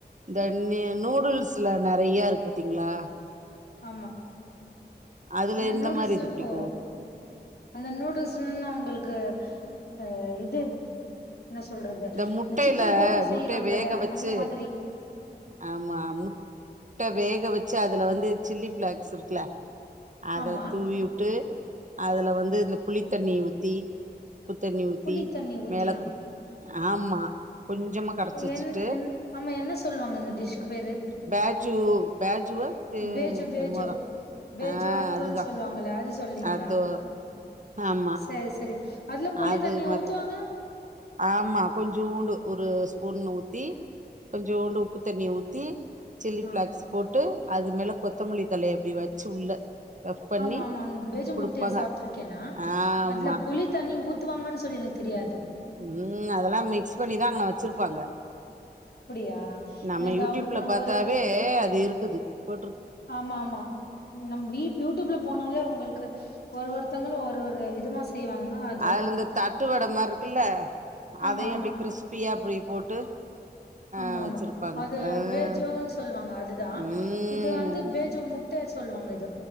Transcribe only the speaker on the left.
ஆமா
அந்த
நூடுல்ஸஸு
இப்போ
அந்த நூடுல்ஸ்ன்ன உங்களுக்கு அ இது என்ன சொல்றது
இந்த சிக்கன் போட்டு
செய்வாங்கல
அந்த மாதிரி
ஆமா
புளி தண்ணி ஊத்தியா
என் என் ஆமா என்ன சொல்லுவாங்க இந்த டிஷ்க்கு பேரு
பேஜோ பேஜோ
பேஜோ
அத்தோன்ன
சொல்லுவாங்க களே அது சொல்ரீங்களா
சரி சரி அதுல புலி
தண்ணியா
ஊத்துவாங்க
ஆ
ஆமா ஆமா அந்த பேஜோ
முட்டைய சாப்டுருக்கே நா
அதுல புளித்தண்ணி ஊத் த்துவாங்கன் சொல்லி எனக்கு தெரியாது
அப்படியா
எனக்கு
அவள்னா
ஒரு
ஆமா ஆமா நம்ம வீட் யூடியூப்ல போனாலே உங்களுக்கு ஒரு ஒருத்தங்களு ஒரு ஒரு விதமா செய்வாங்க அது
ஆமா
ஆமா
ஆமா
ஆமா
அது
பேஜோன்னு சொல்லுவாங்க அதுதா
இது வந்து பேஜோ மு <unintelligible> சொல்லுவாங்க இத